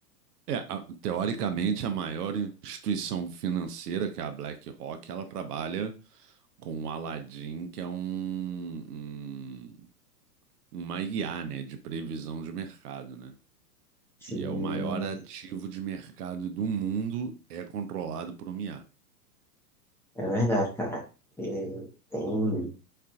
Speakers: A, on the right; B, in the centre.
A: É, a- teoricamente, a maior instituição financeira, que é a BlackRock, ela trabalha com o Aladdin, que é um, um- uma IA, né, de previsão de mercado, né?
B: Sim,
A: E é o maior ativo de mercado do mundo, é controlado por uma IA.
B: é verdade, cara. E tem,